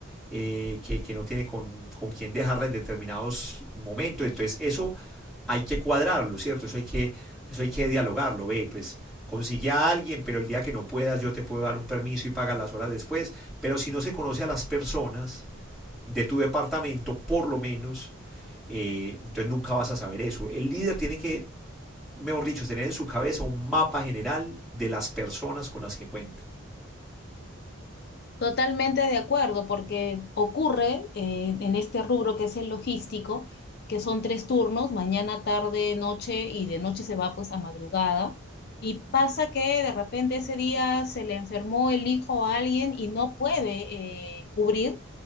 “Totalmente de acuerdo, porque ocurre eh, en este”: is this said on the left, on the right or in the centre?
Left